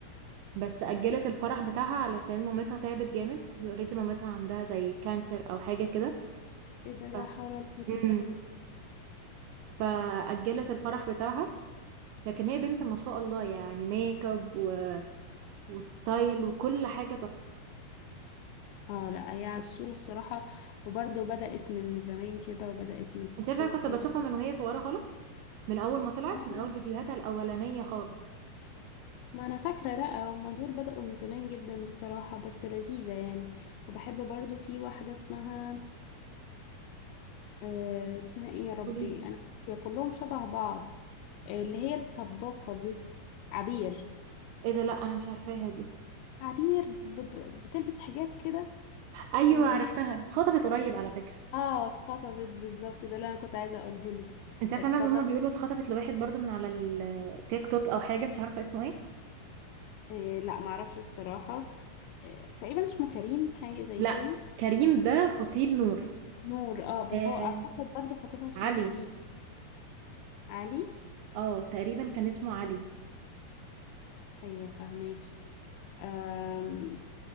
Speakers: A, on the right; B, on the left.
A: بس أجلت الفرح بتاعها علشان مامتها تعبت جامد هي اوريدي مامتها عندها زي كانسر او حاجه كده
B: ايه ده لا
A: ف...
B: حول ولا قوة
A: مم.
B: إلا بالله
A: فأجلت الفرح بتاعها لكن هي بنت ما شاء الله يعني ميك اب و... وستايل وكل حاجه تحفه
B: اه لا هي عسولة الصراحة وبرضو بدأت من زمان كده وبدأت من الصفر
A: انت عارفه انا كنت بشوفها من وهي صغيره خالص من اول ما طلعت
B: آه.
A: من اول فيديوهاتها الاولانيه خالص
B: ما انا فاكره لا هما دول بدأوا من زمان جدا الصراحه بس لذيذه يعني وبحب برضو في واحده اسمها آه اسمها ايه يا ربي
A: قولي لي
B: انا ناسيه كلهم شبه بعض آه اللي هي الطباخه دي عبير
A: ايه ده لا انا مش عارفاها دي
B: عبير ب ب بتلبس حجاب كده
A: ايوه
B: وعينيك
A: عرفتها اتخطبت قريب على فكره
B: اه اتخطبت بالظبط ده اللي انا كنت عايزه اقوله لك
A: انت عارفه
B: اتخطبت
A: انا هما بيقولوا اتخطبت لواحد برضو من على التيك توك او حاجه مش عارفه اسمه ايه
B: آه لا معرفش الصراحه آه تقريبا اسمه كريم حاجه زي
A: لا
B: كده
A: كريم ده خطيب نور
B: نور اه بس
A: آه
B: هو اعتقد برضو خطيبها اسمه
A: علي
B: كريم علي
A: اه تقريبا كان اسمه علي
B: ايوه فهماكي أم